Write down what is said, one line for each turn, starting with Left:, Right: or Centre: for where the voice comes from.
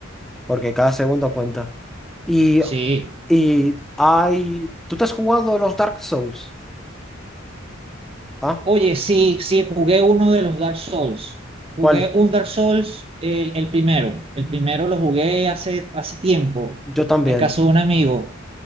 Centre: Porque cada segundo cuenta. Y,
Right: Sí.
Centre: y hay. ¿Tú te has jugado los Dark Souls? ¿Ah?
Right: Oye, sí, sí, jugué uno de los Dark Souls. Jugué
Centre: ¿Cuál?
Right: un Dark Souls, el, el primero. El primero lo jugué hace, hace tiempo,
Centre: Yo también.
Right: en casa de un amigo.